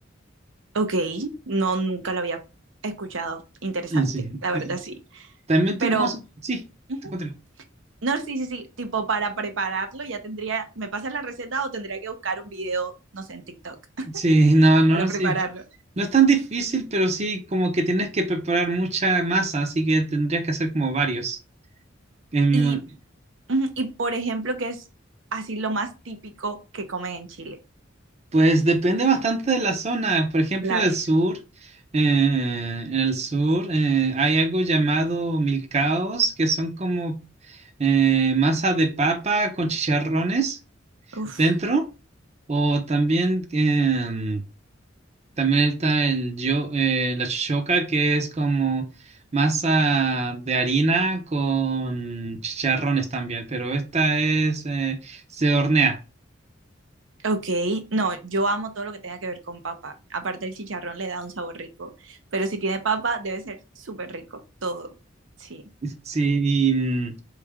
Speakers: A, on the right (about 75°); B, on the right (about 35°).
A: ok. No, nunca lo había escuchado. Interesante,
B: Eh, Sí.
A: la
B: Y
A: verdad sí.
B: también
A: Pero,
B: tenemos, sí,
A: ujú.
B: continúa.
A: no, sí, sí, sí. Tipo, para prepararlo ya tendría, ¿me pasas la receta o tendría que buscar un video, no sé, en TikTok <laughs>
B: Sí, no, no,
A: para prepararlo?
B: sí. No es tan difícil, pero sí como que tienes que preparar mucha masa, así que tendrías que hacer como varios. En mi
A: Y,
B: ma-
A: ujú, y por ejemplo, qué es así lo más típico que comen en Chile?
B: Pues depende bastante de la zona. Por ejemplo,
A: Claro.
B: en el sur, eh, en el sur eh, hay algo llamado milcaos, que son como eh, masa de papa con chicharrones
A: Uf,
B: dentro, o también em, También está el yo, eh, la shoka, que es como masa de harina con chicharrones también, pero esta es, eh, se hornea.
A: Ok, no, yo amo todo lo que tenga que ver con papa. Aparte el chicharrón le da un sabor rico, pero si tiene papa debe ser súper rico, todo. Sí,
B: Sí, y mm,